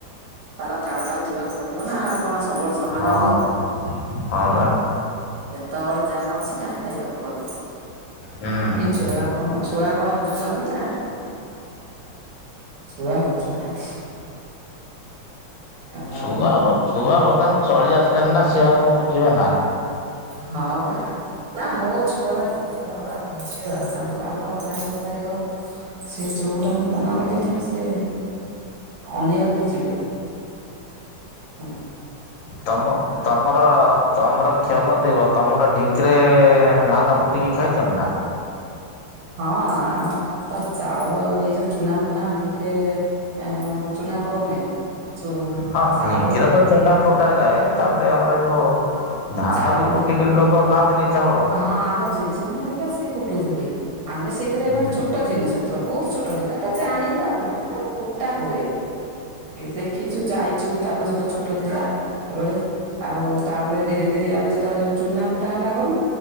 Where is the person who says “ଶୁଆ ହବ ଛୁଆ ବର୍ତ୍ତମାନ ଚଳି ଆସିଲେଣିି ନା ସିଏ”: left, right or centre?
Left